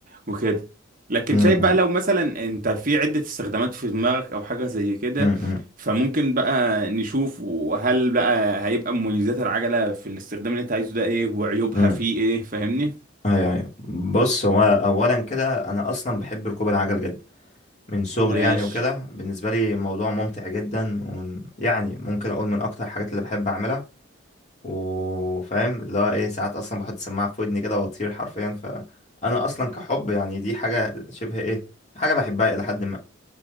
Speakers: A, on the right; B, on the left.
A: وكده لكن
B: أم،
A: شايف بقى
B: أم،
A: لو مثلا انت في عده استخدامات في دماغك او حاجه زي كده
B: أم، أم،
A: فممكن بقى نشوف وهل بقى هيبقى مميزات العجله في الاستخدام اللي انت عايزه ده ايه وعيوبها
B: أم.
A: فيه ايه فاهمني
B: ايوه ايوه بص هو اولا كده انا اصلا بحب ركوب العجل جدا من صغري
A: ماشي
B: يعني وكده بالنسبة لي موضوع ممتع جدا ومن يعني ممكن أقول من أكتر الحاجات اللي بحب أعملها وفاهم اللي هو إيه ساعات أصلا بحط السماعة في ودني كده وأطير حرفيا فأنا أصلا كحب يعني دي حاجة شبه إيه حاجة بحبها إلى حد ما